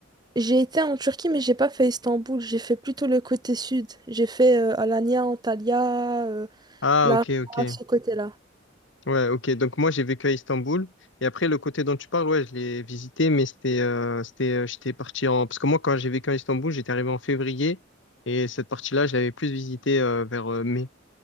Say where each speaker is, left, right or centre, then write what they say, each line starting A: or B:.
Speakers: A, on the right; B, on the left.
A: J'ai été en Turquie, mais j'ai pas fait Istanbul. J'ai fait plutôt le côté sud. J'ai fait euh, Alanya, Antalya, euh,
B: Ah,
A: Larnaca,
B: ok, ok.
A: ce côté-là.
B: Ouais, ok. Donc moi, j'ai vécu à Istanbul. Et après, le côté dont tu parles, ouais, je l'ai visité, mais c'était, euh, c'était, euh, j'étais parti en... Parce que moi, quand j'ai vécu à Istanbul, j'étais arrivé en février. Et cette partie-là, je l'avais plus visitée euh, vers euh, mai.